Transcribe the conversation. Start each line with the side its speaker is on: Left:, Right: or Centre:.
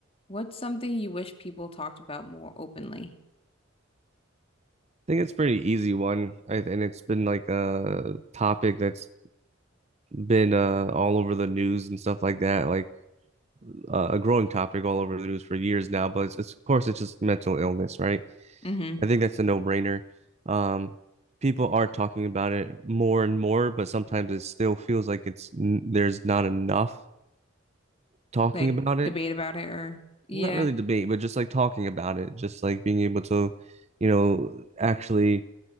Left: What's something you wish people talked about more openly?
Right: think it's pretty easy one. I, and it's been like a topic that's been uh, all over the news and stuff like that, like uh, a growing topic all over the news for years now. But it's, it's of course it's just mental illness, right?
Left: Mm-hmm.
Right: I think that's a no-brainer. Um, people are talking about it more and more, but sometimes it still feels like it's n- there's not enough talking
Left: Like
Right: about it.
Left: debate about it or yeah.
Right: Not really debate, but just like talking about it, just like being able to, you know, actually